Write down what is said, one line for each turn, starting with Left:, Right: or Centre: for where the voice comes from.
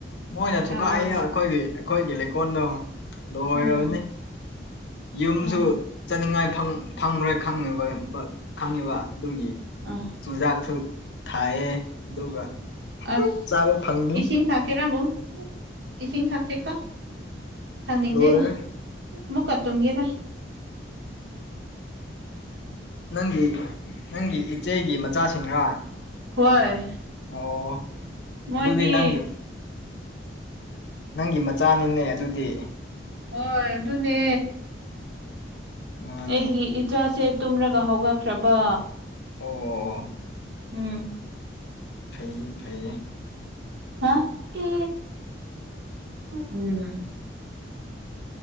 Left: ꯃꯣꯏꯅ ꯊꯨꯀꯥꯏ
Right: ꯑꯥ
Left: ꯑꯩꯈꯣꯏꯒꯤ ꯑꯩꯈꯣꯏꯒꯤ ꯂꯩꯀꯣꯜꯗꯣ ꯂꯣ ꯑꯣꯏꯔꯅꯤ
Right: ꯎꯝ
Left: ꯌꯨꯝꯁꯨ
Right: ꯑ
Left: ꯆꯠꯅꯤꯡꯉꯥꯏ ꯐꯪꯈ꯭ꯔꯣꯏ ꯈꯪꯉꯤꯕ ꯈꯪꯉꯤꯕ ꯑꯗꯨꯒꯤ
Right: ꯑ
Left: ꯆꯨꯖꯥꯛꯇꯨ ꯊꯥꯏꯌꯦ ꯑꯗꯨꯒ
Right: ꯑ
Left: ꯆꯥꯕ ꯐꯪꯅꯤ
Right: ꯏꯁꯤꯡ ꯊ ꯀꯦꯔꯥꯕꯨꯡ ꯏꯁꯤꯡ ꯊꯥꯛꯁꯦꯀꯣ ꯊꯪꯅꯤꯡꯗꯦ
Left: ꯂꯣꯏꯔꯦ
Right: ꯃꯨꯛꯀꯥ ꯇꯨꯝꯒꯦꯔꯥ
Left: ꯅꯪꯒꯤ ꯅꯪꯒꯤ ꯏꯆꯦꯒꯤ ꯃꯆꯥꯁꯤꯡꯅ
Right: ꯍꯣꯏ
Left: ꯑꯣ
Right: ꯃꯣꯏꯗꯤ
Left: ꯑꯗꯨꯗꯤ ꯅꯪꯒꯤ
Right: <unintelligible>
Left: ꯅꯪꯒꯤ ꯃꯆꯥꯅꯤꯅꯦ ꯑꯗꯨꯗꯤ
Right: ꯍꯣꯏ ꯑꯗꯨꯅꯦ
Left: ꯎꯝ ꯃꯥꯅꯦ
Right: ꯑꯩꯒꯤ ꯏꯆꯥꯁꯦ ꯇꯨꯝꯔꯒ ꯍꯧꯒꯠꯈ꯭ꯔꯕ
Left: ꯑꯣ ꯑꯣ ꯑꯣ
Right: ꯎꯝ
Left: ꯐꯩ ꯐꯩꯌꯦ
Right: ꯍꯥ ꯏ ꯎꯝ